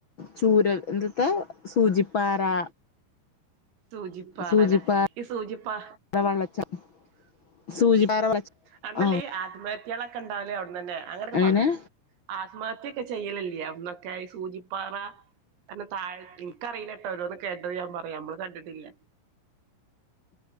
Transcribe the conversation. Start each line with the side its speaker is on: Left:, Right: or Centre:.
Left: ചൂരൽ എന്ത്ത്ത സൂചിപ്പാറ
Right: സൂചിപ്പാറലെ
Left: സൂചിപ്പാറ
Right: ഈ സൂചിപ്പാ
Left: വെള്ളച്ചാട്ടം <unintelligible>
Right: അവട്ന്നല്ലേ
Left: ആഹ്
Right: ഈ ആത്മഹത്യാളൊക്കെ ഉണ്ടാവല് അവുടുന്നന്നെ അങ്ങനൊക്കെ
Left: അങ്ങനെ
Right: പറഞ്ഞു ആത്മഹത്യൊക്കെ ചെയ്യലില്ലെ അവിടുന്നൊക്കെ സൂചിപ്പാറ പിന്നെ താഴ് ഇൻക്കറിയില്ല ഓരോന്ന് കേട്ടത് ഞാ പറയ നമ്മള് കണ്ട്ട്ടില്ല